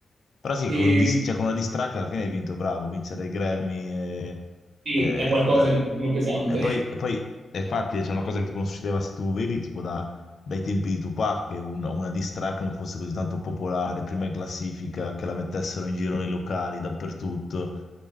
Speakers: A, on the left; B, on the right.
A: Però sì,
B: e,
A: con, un dis- cioè, con una diss track alla fine hai vinto, bravo, vincere i Grammy e,
B: e
A: e-
B: è qualcosa di più pesante.
A: e poi, e poi- e infatti c'è una cosa che tipo non succedeva se tu vedi tipo da- dai tempi di Tupac che un- una diss track non fosse così tanto popolare, prima in classifica, che la mettessero in giro nei locali, dappertutto.